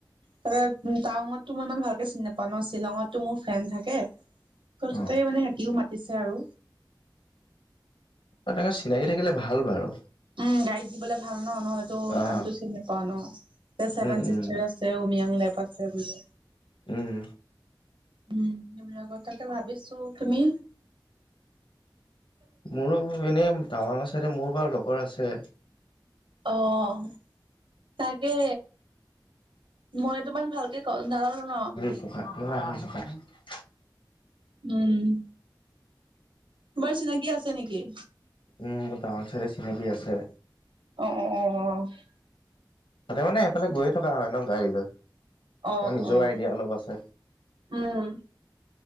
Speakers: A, on the right; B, on the left.
A: তাতে টাৱাংতটো মই ইমান ভালকে চিনি নাপাওঁ ন' শ্বিলঙত টো মোৰ ফ্ৰেন থাকে ত'
B: অ
A: ততে মানে সিহঁতিও মাতিছে আৰু।
B: তাকে চিনাকি থাকিলে ভাল বাৰু।
A: উম, গাইড দিবলে ভাল ন, নহ'লে
B: অ
A: আমিটো চিনি নাপাও ন' চেভেন
B: উম
A: চিষ্টাৰ
B: উম
A: চে উমিয়াং লেক আছে বোলে।
B: উম,
A: উম, আৰ তাতে ভাবিছো, তুমি?
B: মোৰো এনেই টাৱাংৰ ছাইডে মোৰ বাৰু লগৰ আছে।
A: অ', তাকে মই তোমাক ভাল কও নাজানো ন'।
B: জোক লৰা হাাজোকাত। <unintelligible>
A: উম, তোমাৰ চিনাকি আছে নেকি?
B: উম, মোৰ টাৱাং চাইডে চিনাকি আছে।
A: অ', অ', অ'।
B: তাতে মানে সেইফালে গৈয়ে থকা হয় ন' গাড়ী লৈ।
A: অ',
B: নিজৰ
A: অ',
B: আইডিয়া অলপ আছে
A: উম।